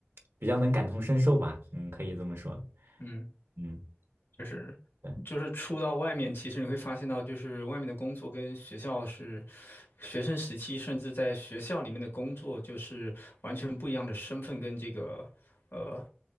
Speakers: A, on the right; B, on the left.
A: 比较能感同身受吧，嗯，可以这么说，
B: 嗯，
A: 嗯。
B: 就是
A: 对。
B: 就是出到外面，其实你会发现到，就是外面的工作跟学校是学生时期，甚至在学校里面的工作，就是完全不一样的身份跟这个。呃。